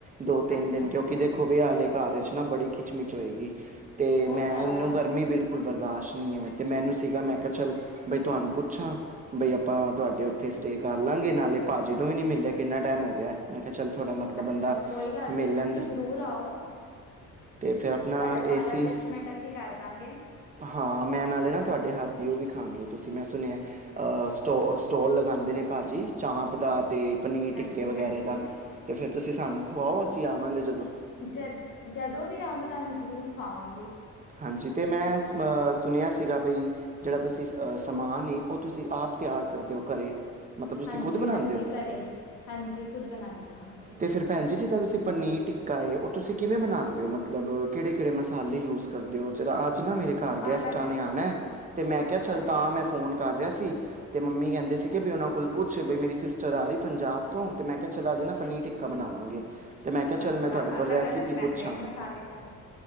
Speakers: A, on the right; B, on the left.
A: ਦੋ- ਤਿੰਨ
B: ਅੱਛਾ
A: ਦਿਨ
B: ਅੱਛਾ
A: ਕਿਉਂਕਿ ਦੇਖੋ ਵਿਆਹ ਵਾਲੇ ਕਾਰ ਵਿਚ ਨਾ ਬੜੀ ਖਿੱਚਮਿਚ ਹੋਏਗੀ ਤੇ
B: ਉਹ
A: ਮੈਂਨੂੰ
B: ਤਾਂ ਹੈ
A: ਗਰਮੀ ਬਿਲਕੁਲ ਬਿਲਕੁਲ ਬਰਦਾਸ਼ ਨਈ ਐ ਤੇ ਮੈਨੂੰ ਸੀਗਾ,
B: ਹਾਂ
A: ਮੈ ਕਿਹਾ ਚੱਲ ਬਈ ਤੋਆਨੁ ਪੁੱਛਾ ਬਈ ਅੱਪਾਂ ਤੁਆਡੇ
B: ਅੱਛਾ
A: ਉੱਥੇ
B: ਅੱਛਾ
A: ਸਟੇਅ ਕਰ ਲਾਂਗੇ, ਨਾਲੇ ਪਾਜੀ ਨੂੰ ਵੀ ਨੀ ਮਿਲੇ ਕਿੰਨਾ ਟੈਮ ਹੋ ਗੇਆ। ਮੈਂ ਕੇਹਾ ਚੱਲ ਥੋੜਾ ਮਤਲਬ
B: ਅੱਛਾ
A: ਬੰਦਾ
B: ਕੋਈ ਗੱਲ
A: ਮਿਲ
B: ਨਹੀਂ ਤੁਸੀਂ
A: ਲੈਂਦਾ ਏ।
B: ਜ਼ਰੂਰ ਆਓ
A: ਤੇ ਫੇਰ ਅਪਨਾ
B: ਤੁਹਾਡਾ
A: ਏ
B: ਸਾਰਾ
A: ਸੀ
B: ਐਡਜਸਟਮੈਂਟ ਅਸੀਂ ਕਰ ਦਾਂਗੇ
A: ਹਾਂ, ਮੈਂ ਨਾਲੇ ਨਾ ਤੁਆਡੇ ਹੱਥ ਦੀ ਉ ਵੀ ਖਾਣੀ ਐ, ਤੁਸੀ ਮੈ ਸੁਨੇਆ ਅ ਸਟੋ ਸਟੋਲ ਲਗਾਂਦੇ ਨੇ ਪਾਜੀ, ਚਾਂਪ ਦਾ ਤੇ ਪਨੀਰ
B: ਹਾਂਜੀ
A: ਟਿੱਕੇ ਵਗੈਰੇ
B: ਹਾਂਜੀ
A: ਦਾ ਤੇ ਫੇਰ ਤੁਸੀ ਸਾਨੂੰ ਖਵਾਓ ਅਸੀ ਆਵਾਂਗੇ ਜਦੋ।
B: ਜਦ ਜਦੋ ਵੀ ਆਓ ਗੇ ਤਾਨੂੰ ਜਰੂਰ ਖਵਾਵਾਂਗੇ।
A: ਹਾਂਜੀ, ਤੇ ਮੈਂ ਸੁਨੇਆ ਸੀਗਾ ਬਈ ਜੇੜਾ ਤੁਸੀਂ ਸ ਸਮਾਨ ਏ, ਓ ਤੁਸੀਂ ਆਪ ਤਿਯਾਰ ਕਰਦੇ ਓ ਘਰੇ, ਮਤਲਬ ਤੁਸੀਂ
B: ਹਾਂਜੀ
A: ਖੁਦ ਬਣਾਂਦੇ
B: ਹਾਂਜੀ
A: ਓ?
B: ਘਰੇ ਹਾਂਜੀ, ਖੁਦ ਬਣਾਨੀ ਆ ਮੈ।
A: ਤੇ ਫੇਰ ਭੈਣ ਜੀ ਜਿੱਦਾ ਤੁਸੀਂ ਪਨੀਰ ਟਿੱਕਾ ਏ ਓ, ਤੁਸੀ ਕਿਵੇ ਬਣਾਂਦੇ ਓ? ਮਤਲਬ ਕੇੜੇ- ਕੇੜੇ ਮਸਾਲੇ ਯੂਸ ਕਰਦੇ ਓ, ਜਰਾ ਅੱਜ ਨਾ ਮਰੇ ਘਰ ਗੈਸਟਾ
B: ਅਲੱਗ
A: ਨੇ ਆਣਾ ਐ। ਤੇ ਮੈ
B: ਅੱਛਾ
A: ਕੇਆ ਚੱਲ
B: ਅੱਛਾ
A: ਤਾ ਮੈਂ ਫੋਨ ਕਰ ਰਿਹਾ ਸੀ। ਤੇ ਮੰਮੀ ਕੈਂਦੇ ਸੀਗੇ
B: ਅੱਛਾ
A: ਬੀ ਓਨਾਂ ਕੋਲ ਪੁੱਛ ਬਈ ਮੇਰੀ ਸਿਸਟਰ ਆ ਰਹੀ ਪੰਜਾਬ ਤੋਂ, ਤੇ ਮੈਂ ਕੇਆ ਚਲ ਅਜ ਨਾ ਪਨੀਰ ਟਿੱਕਾ ਬਨਾਵਾਂਗੇ ਤੇ ਮੈਂ ਕੇਆ ਚੱਲ
B: ਅੱਛਾ
A: ਮੈਂ ਤੁਆਡੇ
B: ਅਲੱਗ
A: ਕੋਲ ਰੈਸਿਪੀ
B: ਅਲੱਗ ਪੈਂਦੇ
A: ਪੁੱਛਾਂ।
B: ਨੇ ਮਸਾਲੇ ਤਾਂ